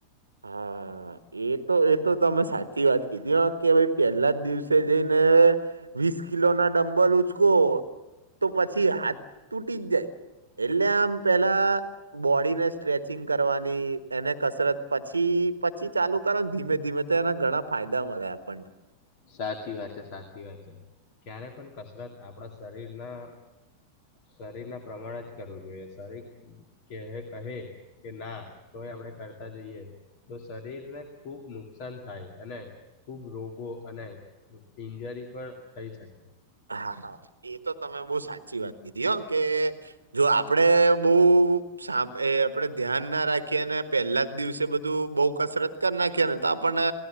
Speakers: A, on the right (about 75°); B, on the left (about 45°).
A: હા એ તો એ તો અમે સાચી વાત કીધી કે ભાઈ પેલા જ દિવસે જઈને વીસ કિલો ના ડંબલ ઉચકો તો પછી હાથ તૂ પીજજ એલાા પેલા બોડીને સ્ટ્રેચિંગ કરવાની એને કસરત પછી પછી ચાલુ કરાના ધીમે ધીમે તેના ઘણા ફાયદા મિલે આપણને
B: સાચી વાત છે સાચી વાત છે ક્યારે પણ કસરત આપણા શરીરના શરીર ના પ્રમાણે જ કરવું જોઈએ શરીર ક કહે કે ના તો આપ કરતા જઈએ તો શરીરને ખુબ નુકસાન થાય અને ખૂબ રોગો અને ઇન્જરી પણ થઈ શકે
A: હા હા એ તો તમે બહ સાચી વાત કીધી હ કે જો આપણેે બહુ સાપ એ આપણેે ધ્યાન ના રાખીએ અને પહેલા જ દિવસે બધું બહુ કસરત નાખને તો આપણને